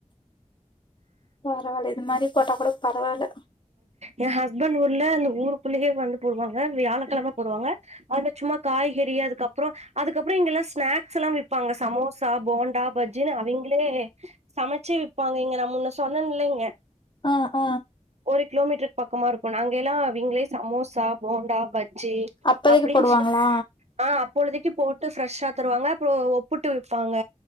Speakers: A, on the left; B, on the right.
A: பரவால்ல இது மாரி போட்டா கூட பரவால்ல
B: ஏ ஹஸ்பண்ட் ஊர்ல அந்த ஊருக்குள்ளே வந்து போடுவாங்க வியாழக்கழம போடுவாங்க அங்க சும்மா காய்கறி அதுக்கப்புற அதுக்கப்றோ இங்கல்லா ஸ்நாக்ஸ் எல்லா விப்பாங்க சமோசா போண்டா பஜ்னு அவிங்ளே சமச்வி விப்பாங்க இங்க நா முன்ன சொன்னன் இல்லைங்க
A: ஆ அ
B: ஒரு கிலோமீட்ருக் பக்கமாருக்கும நாங்க எல்லா அவிங்ளே சமோசா போண்டா பஜ்ஜி
A: அப்போதைக்கு
B: அப்டின்
A: போடுவாங்களா
B: சொல் ஆ அப்பொழுதிக்கு போட்டு ஃப்ரெஷ்ஷா தருவாங்க அப்றோ ஒப்புட்டு விப்பாங்க